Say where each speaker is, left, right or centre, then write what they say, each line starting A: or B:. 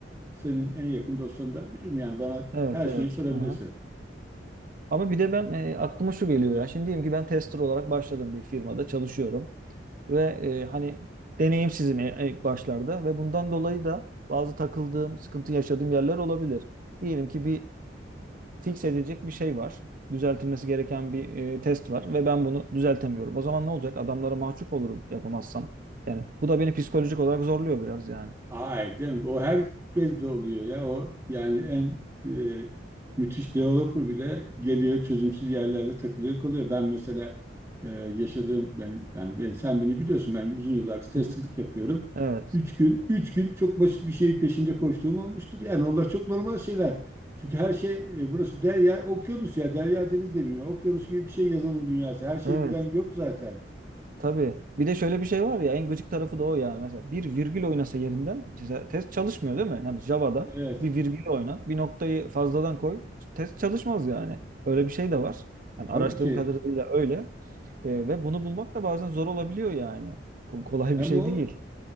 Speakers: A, on the right; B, on the right.
A: senin en yakın dostlarından biriyim. Yani bana
B: Evet
A: her
B: evet.
A: şeyi sorabilirsin.
B: Hı hı. Ama bir de ben e, aklıma şu geliyor ya. Şimdi diyelim ki ben tester olarak başladım bir firmada çalışıyorum. ve e, hani deneyimsizim e- ilk başlarda ve bundan dolayı da bazı takıldığım, sıkıntı yaşadığım yerler olabilir. Diyelim ki bir fix edilecek bir şey var. Düzeltilmesi gereken bir e, test var ve ben bunu düzeltemiyorum. O zaman ne olacak? Adamlara mahcup olurum yapamazsam. Yani bu da beni psikolojik olarak zorluyor biraz yani.
A: Hayır canım o herkes de oluyor ya. O yani en e, müthiş developer bile geliyor çözümsüz yerlerde takılıyor kalıyor. Ben mesela e, yaşadığım ben, ben, ben sen beni biliyorsun ben uzun yıllardır testerlık
B: Hı hı.
A: yapıyorum.
B: Evet.
A: Üç gün, üç gün çok basit bir şeyin peşinde koştuğum olmuştur. Yani onlar çok normal şeyler. Çünkü her şey e, burası derya, okyanus ya. Derya deniz demiyor. Okyanus gibi bir şey yazılım dünyası. Her şeyi
B: Evet.
A: bilen yok zaten.
B: Tabii. Bir de şöyle bir şey var ya en gıcık tarafı da o yani. Mesela bir virgül oynasa yerinden mesela test çalışmıyor değil mi? Yani Java'da
A: Evet.
B: bir virgül oynat, bir noktayı fazladan koy, test çalışmaz yani. Öyle bir şey de var. Hani araştırdığım
A: Tabii ki
B: kadarıyla öyle. E, ve bunu bulmak da bazen zor olabiliyor yani. Ko- Kolay
A: hem
B: bir şey
A: o
B: değil.